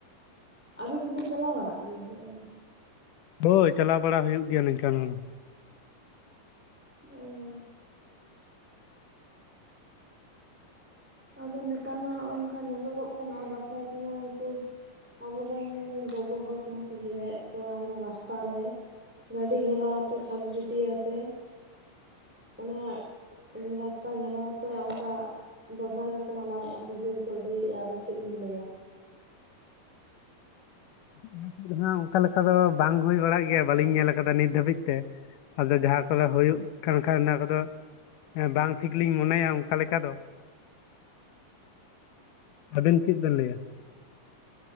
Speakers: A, in the centre; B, on the left.
A: ᱟᱹᱵᱤᱱ ᱠᱚᱵᱤᱱ ᱪᱟᱞᱟᱣ ᱵᱟᱲᱟᱜ ᱜᱮᱭᱟ ᱥᱮ ᱵᱟᱝ᱾
B: ᱦᱳᱭ ᱪᱟᱞᱟᱣ ᱵᱟᱲᱟ ᱦᱩᱭᱩᱜ ᱜᱮᱭᱟ ᱱᱤᱝᱠᱟᱱ ᱦᱚᱲ ᱦᱚᱸ᱾
A: ᱚ ᱟᱫᱚ ᱱᱮᱛᱟᱨ ᱢᱟ ᱦᱚᱜᱼᱚ ᱱᱚᱝᱠᱟ ᱧᱮᱞᱚᱜᱚᱜ ᱠᱟᱱᱟ ᱫᱟᱸᱥᱟᱭ ᱥᱚᱢᱚᱭ ᱩᱱᱠᱩ ᱟᱵᱚᱨᱮᱱ ᱜᱚᱜᱚ ᱦᱚᱲ ᱠᱚᱦᱚᱸ ᱠᱚ ᱵᱷᱮᱡᱟᱭᱮᱫ ᱠᱚᱣᱟ ᱦᱟᱱᱮ ᱨᱟᱥᱛᱟ ᱨᱮᱼᱼ ᱜᱟᱹᱰᱤ ᱜᱷᱮᱨᱟᱣ ᱟᱛᱮ ᱛᱷᱟᱹᱤ ᱴᱟᱹᱴᱤᱭᱟᱹ ᱟᱛᱮ᱾ ᱚᱱᱮ ᱨᱟᱥᱛᱟ ᱜᱷᱮᱨᱟᱣ ᱟᱛᱮ ᱚᱱᱠᱟ᱾ ᱫᱟᱸᱥᱟᱭ ᱠᱚᱠᱚ ᱢᱟᱱᱟᱣᱮᱫᱼᱟ ᱯᱩᱭᱥᱟᱹ ᱠᱚᱠᱚ ᱟᱹᱫᱟᱹᱭᱮᱟ ᱟᱫᱚ ᱪᱮᱫ ᱵᱤᱱ ᱞᱟᱹᱭᱟ᱾
B: ᱟᱞᱮ ᱥᱮᱫ ᱫᱚ ᱦᱟᱜ ᱚᱱᱠᱟ ᱞᱮᱠᱟ ᱫᱚ ᱵᱟᱝ ᱦᱩᱭ ᱵᱟᱲᱟᱜ ᱜᱮᱭᱟ ᱵᱟᱹᱞᱤᱧ ᱧᱮᱞ ᱠᱟᱫᱟ ᱱᱤᱛ ᱫᱷᱟᱹᱵᱤᱡ ᱛᱮ᱾ ᱟᱫᱚ ᱡᱟᱦᱟᱸ ᱠᱚᱫᱚ ᱦᱩᱭᱩᱜ ᱠᱟᱱ ᱠᱷᱟᱱ ᱚᱱᱟ ᱠᱚᱫᱚ᱾ ᱦᱮᱸ ᱵᱟᱝ ᱴᱷᱤᱠ ᱞᱤᱧ ᱢᱚᱱᱮᱭᱟ ᱚᱱᱠᱟ ᱞᱮᱠᱟ ᱫᱚ᱾ ᱟᱵᱤᱱ ᱪᱮᱫ ᱵᱮᱱ ᱞᱟᱹᱭᱟ᱾